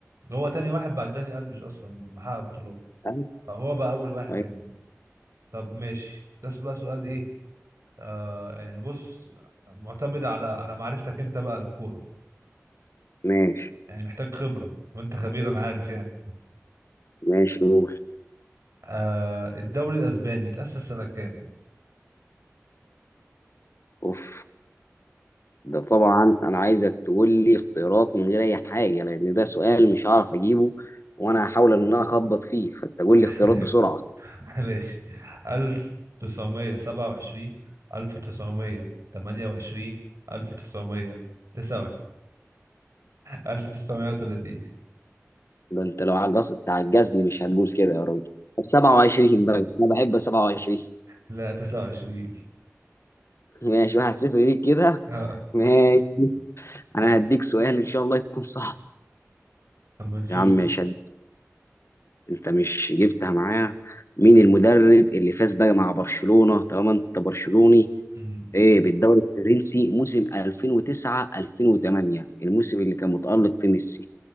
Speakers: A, on the right (about 70°); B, on the left (about 55°).
A: هو تاني واحد بعد داني الفيش اصلا محقق بطولات
B: فاهم؟
A: آه، هو بقى اول واحد
B: طيب،
A: كمان طب ماشي ده بقى سؤال ايه آه يعني بص معتمد على على معرفتك انت بقى للكوره
B: ماشي
A: يعني محتاج خبره وانت خبير انا عارف يعني
B: ماشي قول
A: آه الدوري الاسباني اتاسس سنه كام
B: اوف ده طبعا انا عايزك تقول لي اختيارات من غير اي حاجه لان ده سؤال مش هعرف اجيبه وانا هحاول ان انا اخبط فيه فانت قول
A: <laughs>
B: لي اختيارات بسرعه
A: ماشي 1927 1928 1929 1930 <laughs>
B: ده انت لو عجزت تعجزني مش هنقول كده يا راجل طب 27 بقى انا بحب 27
A: لا 29
B: ماشي واحد صفر ليك كده
A: اه
B: ماشي انا هديك سؤال ان شاء الله يكون صعب
A: اما نشوف
B: يا عم مش هد... انت مش جبتها معايا مين المدرب اللي فاز بقى مع برشلونة طالما انت برشلوني
A: أمم.
B: ايه بالدوري الفرنسي موسم 2009 2008 الموسم اللي كان متألق فيه ميسي